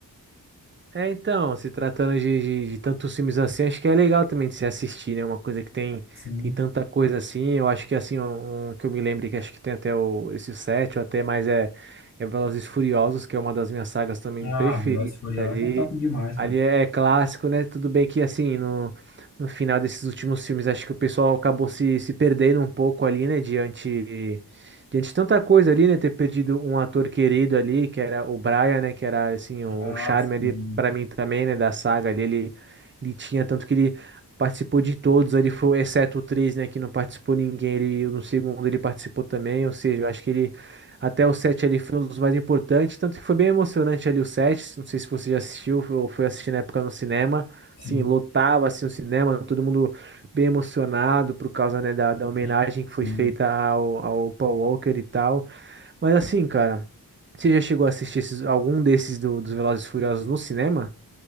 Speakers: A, on the right; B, on the left.
A: É, então, se tratando de, de, de tantos filmes assim, acho que é legal também de se assistir, né? Uma coisa que tem,
B: Sim.
A: tem tanta coisa assim. Eu acho que assim, um, um que eu me lembro que acho que tem até o, esse 7 ou até mais é, é Velozes e Furiosos, que é uma das minhas sagas também
B: Ah,
A: preferidas
B: Velozes e Furiosos
A: ali.
B: é top demais,
A: Ali
B: cara.
A: é clássico, né? Tudo bem que assim, no, no final desses últimos filmes, acho que o pessoal acabou se, se perdendo um pouco ali, né? Diante Diante de tanta coisa ali, né? Ter perdido um ator querido ali, que era o Brian, né? Que era, assim, o,
B: Ah,
A: o charme ali
B: sim.
A: para mim também, né? Da saga ali. Ele, ele tinha tanto que ele participou de todos ali, foi, exceto o 3 né? Que não participou ninguém. Ele, no segundo ele participou também. Ou seja, eu acho que ele, até o 7 ali foi um dos mais importantes. Tanto que foi bem emocionante ali o 7. Não sei se você já assistiu ou foi assistir na época no cinema.
B: Sim,
A: Assim, lotava, assim, o cinema, todo mundo bem emocionado por causa, né, da, da homenagem
B: sim,
A: que
B: sim.
A: foi feita ao, ao Paul Walker e tal. Mas assim, cara, você já chegou a assistir esses- algum desses do- dos Velozes e Furiosos no cinema?